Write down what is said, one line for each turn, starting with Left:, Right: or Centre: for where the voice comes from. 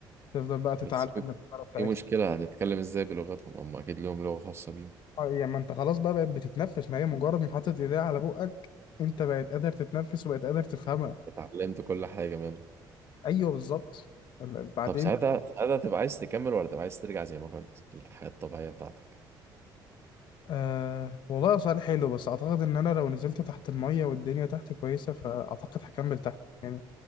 Left: تفضل بقى تتعلم
Right: بس
Left: الحركه بتاعتهم
Right: في مشكلة هتتكلم ازاي بلغتهم هم أكيد لهم لغة خاصة بيهم
Left: اه، يعني ما انت خلاص بقى بقت بتتنفس ما هي مجرد ما حطت ايديها على بقك انت بقت قادر تتنفس وبقت قادر تفهمها
Right: اتعلمت كل حاجة منهم
Left: ايوه بالظبط ال- بعدين
Right: طب ساعتها ساعتها تبقى عايز تكمل ولا تبقى عايز ترجع زي ما كنت للحياة الطبيعية بتاعتك
Left: أه والله هو سؤال حلو بس اعتقد ان انا لو نزلت تحت المية والدنيا تحت كويسة فاعتقد هكمل تحت يعني